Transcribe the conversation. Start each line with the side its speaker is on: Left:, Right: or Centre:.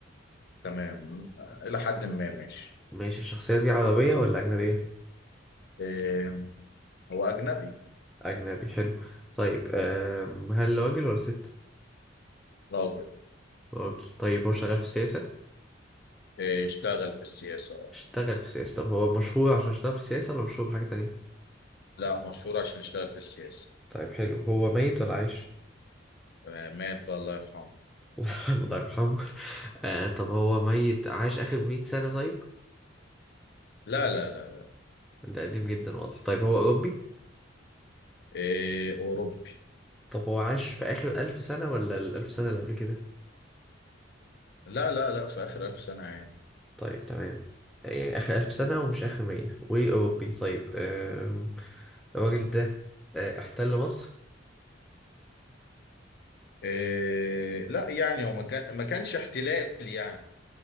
Left: تمام آه، الى حد ما ماشي
Centre: ماشي الشخصية دي عربية ولا أجنبية؟
Left: إيه هو اجنبي
Centre: أجنبي حلو طيب آم، هل راجل ولا ست؟
Left: راجل
Centre: راجل طيب هو شغال في السياسة؟
Left: إيه اشتغل في السياسه آه.
Centre: اشتغل في السياسة طب هو مشهور عشان اشتغل في السياسة ولا مشهور بحاجة تانية؟
Left: لا مشهور عشان اشتغل في السياسه
Centre: طيب حلو هو ميت ولا عايش؟
Left: آه، مات بقى الله يرحمه
Centre: <laughs> الله يرحمه آه طب هو ميت عاش آخر 100 سنة طيب
Left: لا لا لا لا
Centre: ده قديم جدا واضح طيب هو أوروبي
Left: إيه اوروبي
Centre: طب هو عاش في آخر 1000 سنة ولا الألف سنة اللي قبل كده
Left: لا لا لا في اخر الف سنه عادي
Centre: طيب تمام يعني آخر 1000 سنة ومش آخر 100 وأوروبي طيب آم، الراجل ده آه، احتل مصر
Left: إيه لا يعني هو ما كان ما كانش احتلال يعني